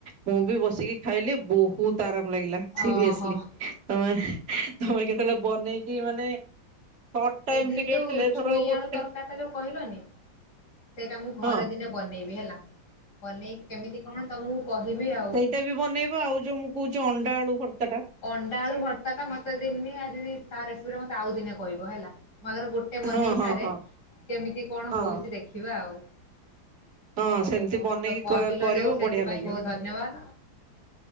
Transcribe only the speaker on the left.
ଓହୋ
ଏଇ
ଦିଦି
ଯୋଉ
ଛୁଇଁ
ଆଳୁ ତରକାରୀ ଯୋଉ କହିଲନି ସେଇଟା ମୁଁ ଘରେ
ଦିନେ ବନେଇବି ହେଲା, ବନେଇ କେମିତି କଣ ତମକୁ କହିବି ଆଉ।
ଅଣ୍ଡା ଆଳୁ ଭର୍ତ୍ତା ଟା ମତେ ଦିନି ଆଜି ତା ରେସିପିରେ ମତେ ଆଉ ଦିନେ କହିବ ହେଲା। ମୋ ଆଗରେ ଗୋଟେ ବନେଇ
ସାରେ,
କେମିତି କଣ
ହଉଛି ଦେଖିବା ଆଉ। ହଉ
ହଉ
କହିଲ
ଯୋଉ ସେଥିପାଇଁ
ବହୁତ ଧନ୍ୟବାଦ।